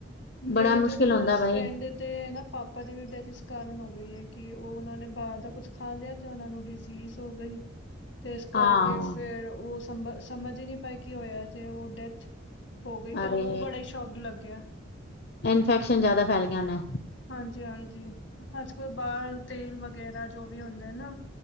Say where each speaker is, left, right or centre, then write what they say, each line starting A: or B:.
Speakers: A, on the left; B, on the left.
A: ਬੜਾ
B: ਮੇਰੀ
A: ਮੁਸ਼ਕਿਲ
B: ਤੇ ਕਲੋਜ
A: ਹੁੰਦਾ ਬਾਈ
B: ਫਰੈਂਡ ਤੇ ਐ ਨਾ ਪਾ ਪਾ ਦੀ ਵੀ ਡੈਥ ਇਸ ਕਾਰਨ ਹੋ ਗਈ ਏ ਕਿ ਓ ਓਨਾਂ ਨੇ ਬਾਰ ਦਾ ਕੁਝ ਖਾ ਲਿਆ ਤੇ ਓਨਾਂ ਨੂੰ ਡਿਸੀਸ ਹੋ ਗਈ। ਤੇ ਏਸ ਕਰਕੇ
A: ਹਾਂ
B: ਫੇਰ ਓ ਸਮ ਸਮਝ ਈ ਨੀ ਪਾਏ ਕੀ ਹੋਇਆ ਤੇ ਓ ਡੈਥ ਹੋ ਗਈ ਤੇ
A: ਅਰੇ
B: ਉਹਨਾਂ ਨੂੰ ਬੜਾ ਹੀ ਸ਼ੌਕ ਲੱਗਿਆ
A: ਇਨਫੈਕਸ਼ਨ ਜਾਦਾ ਫੈਲ ਗਿਆ ਹੋਨਾ।
B: ਹਾਂਜੀ-ਹਾਂਜੀ ਅੱਜਕਲ ਬਾਰ ਤੇਲ ਵਗੈਰਾ ਜੋ ਵੀ ਹੁੰਦਾ ਐ ਨਾ।